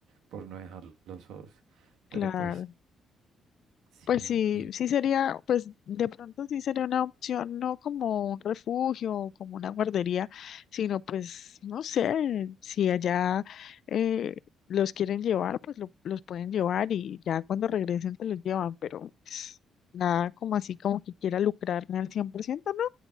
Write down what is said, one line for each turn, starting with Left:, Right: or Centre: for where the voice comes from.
Right: por no dejarlos solos.
Left: claro.
Right: Pero pues sí.
Left: Pues sí,
Right: y-
Left: sí sería, pues de pronto sí sería una opción, no como un refugio o como una guardería, sino pues, no sé, si allá eh, los quieren llevar, pues lo- los pueden llevar y ya cuando regresen te los llevan, pero pues, nada como así como que quiera lucrarme al 100% no,